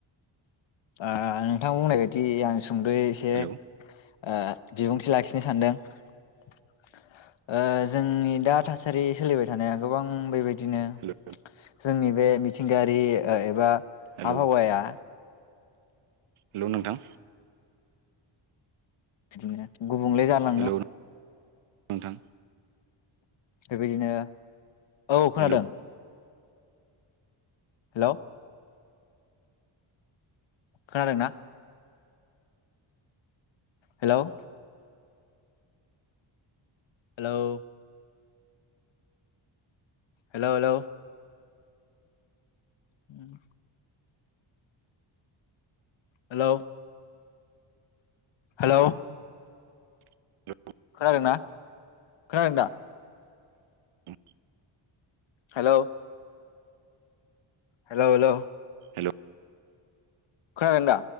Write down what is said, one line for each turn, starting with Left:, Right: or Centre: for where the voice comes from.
Left: ओ नोंथां बुंनाय बायदि आं सुंद'यै एसे
Right: हेलौ
Left: ओ बिबुंथि लाखिनो सानदों ओ जोंनि दा थासारि सोलिबाय थानाया गोबां बेबाय बिदिनो
Right: हेलौ
Left: जोंनि बे मिथिंगायारि ओ एबा
Right: हेलौ
Left: आबहावाया
Right: हेलौ नोंथां
Left: बिदिनो गुबुंले जालांनो
Right: हेलौ नोंथां
Left: बेबायदिनो औ खोनादों।
Right: हेलौ
Left: हेलौ खोनादोंना? हेल' हेल' हेल' हेल' उम। हेल' हेल'
Right: <unintelligible>
Left: खोनादोंना खोनादों दा
Right: औ।
Left: हेल'। हेल' हेल'।
Right: हेलौ
Left: खोनादों दा।